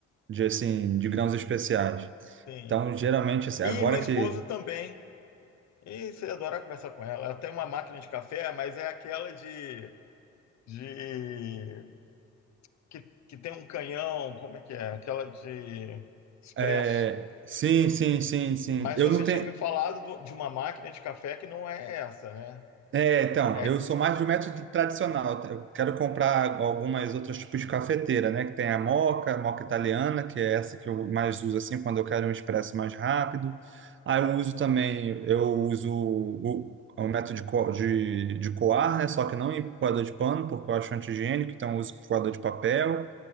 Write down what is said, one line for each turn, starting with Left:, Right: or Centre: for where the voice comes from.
Right: De assim, de grãos especiais.
Left: Sim.
Right: Então, geralmente, assim,
Left: E
Right: agora
Left: minha
Right: que.
Left: esposa também. E você ia adorar conversar com ela. Ela tem uma máquina de café, mas é aquela de, de que, que tem um canhão, como é que é? Aquela de expresso.
Right: É, sim, sim, sim, sim.
Left: Mas
Right: Eu
Left: você
Right: não tenho.
Left: tinha me falado do- de uma máquina de café que não é essa, né?
Right: É, então,
Left: É
Right: eu sou mais do método tradicional. tá? Eu quero comprar algumas outras tipos de cafeteira, né? Que tem a moca, a moca italiana, que é essa que eu mais uso assim quando eu quero um expresso mais rápido. Aí eu uso também, eu uso o, o método de, co- de, de coar, né? Só que não em coador de pano, porque eu acho anti-higiênico, então eu uso coador de papel.